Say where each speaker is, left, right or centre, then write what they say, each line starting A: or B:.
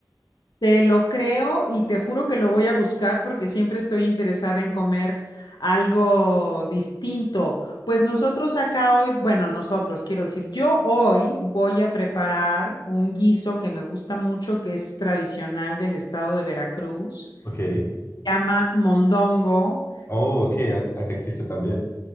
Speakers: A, on the left; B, on the left.
A: Te lo creo y te juro que lo voy a buscar porque siempre estoy interesada en comer algo distinto. Pues nosotros acá hoy, bueno, nosotros quiero decir, yo hoy voy a preparar un guiso que me gusta mucho, que es tradicional del estado de Veracruz,
B: Ok.
A: se llama mondongo
B: Oh, ok, a- acá existe también.